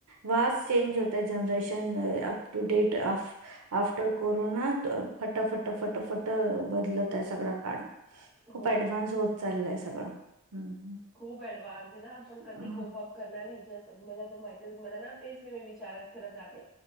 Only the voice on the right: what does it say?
वास चेंज होतय जनरेशन अप टू डेट अफ आफ्टर कोरोना फटा फटा फटा फटा बदलत आहे सगळा काळ खूप
ऍडव्हान्स होत चाललंय सगळं ह
ह